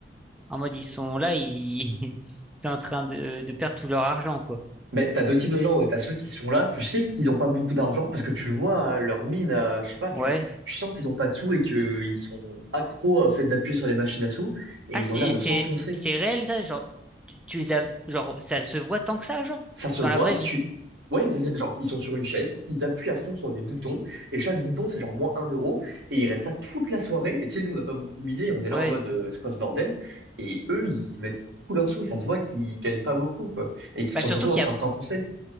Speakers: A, in the centre; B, on the right (about 85°).
A: en mode, ils sont là, ils, <laughs> ils sont en train de, de perdre tout leur argent, quoi.
B: Mais t'as deux types de gens, ouais. T'as ceux qui sont là, tu sais qu'ils n'ont pas beaucoup d'argent parce que tu le vois, hein, leur mine, euh, je sais pas, tu,
A: Ouais.
B: tu sens qu'ils n'ont pas de sous et qu'ils sont accros au fait d'appuyer sur les machines à sous et
A: Ah,
B: ils
A: c'est,
B: ont l'air de
A: c'est,
B: s'enfoncer.
A: c'est c'est réel, ça? Genre, tu, tu les as, genre, ça se voit tant que ça, genre?
B: Ça se
A: Dans
B: voit,
A: la vraie vie.
B: tu. Ouais, ça, c'est- genre, ils sont sur une chaise, ils appuient à fond sur des boutons, et chaque bouton, c'est genre moins un euro, et ils restent là toute la soirée, et tu sais, nous, on n'a pas beaucoup misé, on est
A: Ouais.
B: là en mode, euh, c'est quoi ce bordel? Et eux, ils mettent tous leurs sous, et ça se voit qu'ils gagnent pas beaucoup, quoi, et qu'ils sont
A: Bah, surtout
B: surtout en
A: qu'il
B: train
A: y a
B: de s'enfoncer.